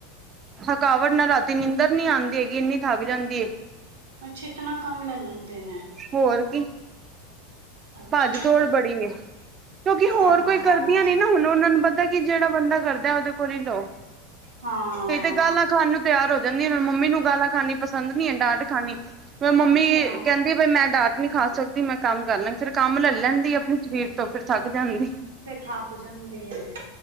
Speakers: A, on the right; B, on the right.
A: ਥਕਾਵਟ ਨਾਲ ਰਾਤੀ ਨੀਂਦਰ ਨੀ ਆਉਂਦੀ ਹੈਗੀ। ਇੰਨੀ ਥੱਕ ਜਾਂਦੀ ਏ।
B: ਅੱਛੀ ਤਰ੍ਹਾਂ ਕੰਮ ਲੈ ਲੈਂਦੇ ਨੇ।
A: ਹੋਰ ਕਿ?
B: ਅੱਛਾ
A: ਭੱਜ ਦੌੜ ਬੜੀ ਐ। ਕਿਉਂਕਿ ਹੋਰ
B: ਹਾਂ
A: ਕੋਈ ਕਰਦੀਆਂ ਨੀ ਹੁਣ। ਉਹਨਾਂ ਨੂੰ ਪਤਾ ਕਿ ਜਿਹੜਾ ਬੰਦਾ ਕਰਦਾ ਉਹਦੇ ਕੋਲ ਹੀ ਲਓ।
B: ਹਾਂ
A: ਕਈ ਤੇ ਗਾਲਾਂ ਖਾਨ ਨੂੰ, ਤਿਆਰ ਹੋ ਜਾਂਦੀ। ਮੰਮੀ ਨੂੰ ਗਾਲਾਂ ਖਾਣੀ ਪਸੰਦ ਨਹੀਂ ਹੈ। ਡਾਂਟ ਖਾਣੀ, ਫੇਰ ਮੰਮੀ
B: ਅੱਛਾ
A: ਕਹਿੰਦੀ ਬਈ ਮੈਂ ਡਾਂਟ ਨਹੀਂ ਖਾ ਸਕਦੀ ਮੈਂ ਕੰਮ ਕਰ ਲਾਂਗੀ। ਫਿਰ, ਕੰਮ ਲੈ ਲੈਂਦੀ ਆਪਣੇ ਸਰੀਰ ਤੋਂ ਫੇਰ ਥੱਕ ਜਾਂਦੀ।
B: ਫੇਰ ਥੱਕ ਜਾਂਦੀ ਹੈ।